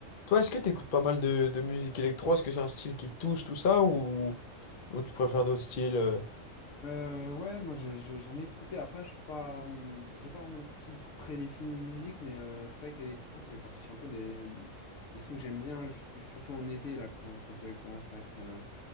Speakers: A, on the left (about 50°); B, on the left (about 70°).
A: Toi, est-ce que tu écoutes pas mal de, de musique électro? Est-ce que c'est un style qui te touche, tout ça, ou, ou tu préfères d'autres styles? euh
B: Euh, ouais, moi j'ai- je- j'en ai écouté. Après, je suis pas, hum, j'ai pas vraiment de style prédéfini de musique, mais euh, c'est vrai que l'électro, ça fait partie un peu des, des sons que j'aime bien, ju- surtout en été, là, quand, quand euh, il commence à être, euh,